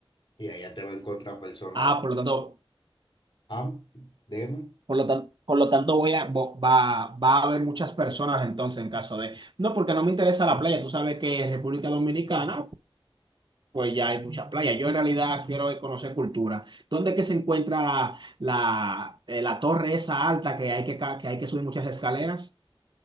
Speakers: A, on the left; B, on the right.
A: Y allá te va a encontrar personas
B: Ah,
A: de...
B: por lo tanto,
A: Ah, dime.
B: por lo tanto, por lo tanto voy a, vo- va, va a haber muchas personas entonces en caso de... No, porque no me interesa la playa. Tú sabes que en República Dominicana, pues ya hay muchas playas. Yo en realidad quiero conocer cultura. ¿Dónde es que se encuentra la, eh, la torre esa alta que hay que, ca- que hay que subir muchas escaleras?